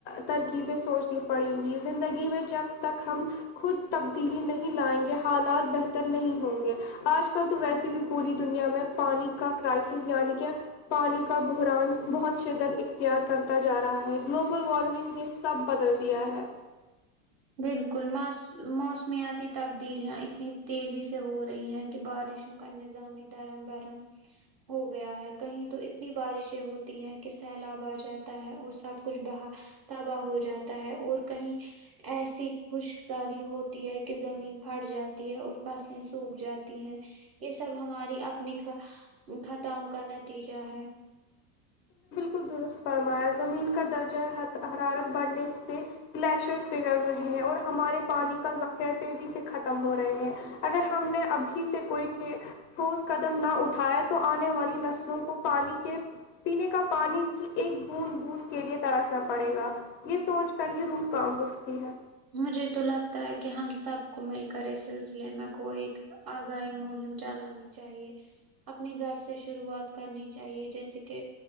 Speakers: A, on the left; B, on the right.
A: ترکیبیں سوچنی پڑیں گی زندگی میں جب تک ہم خود تبدیلی نہیں لائیں گے حالات بہتر نہیں ہوں گے آج کل تو ویسی بھی پوری دنیا میں پانی کا کرائسس یعنی کہ پانی کا بحران بہت شدت اختیار کرتا جا رہا ہے گلوبل وارمنگ میں سب بدل دیا ہے
B: بالکل م موسمیاتی تبدیلیاں اتنی تیزی سے ہو رہی ہیں کہ بارش گر نظامی دھرم برم ہو گیا ہے کہیں تو اتنی بارشیں ہوتی ہیں کہ سیلاب آ جاتا ہے اور سب کچھ با تباہ ہو جاتا ہے اور کہیں ایسی خشک سالی ہوتی ہے کہ زمین پھٹ جاتی ہے اور فصلیں سوکھ جاتی ہیں یہ سب ہماری اپنی خطؤں کا نتیجہ ہے
A: کو درست فرمایا زمین کا درجہ حرارت بڑھنے سے گلیشرز بگڑ رہے ہیں اور ہمارے پانی کا ذخیر تیزی سے ختم ہو رہے ہیں اگر ہم نے ابھی سے کوئی تھے ٹھوس قدم نہ اٹھائے تو آنے والی نسلوں کو پانی کے پینے کا پانی کی ایک بوند بوند کے لیے ترسنا پڑے گا یہ سوچ کر یہ روح کام اٹھتی ہے
B: مجھے تو لگتا ہے کہ ہم سب کو مل کر اس سلسلے میں کو ایک آگاہی مہم چلانی چاہیے اپنے گھر سے شروعات کرنی چاہیے جیسے کہ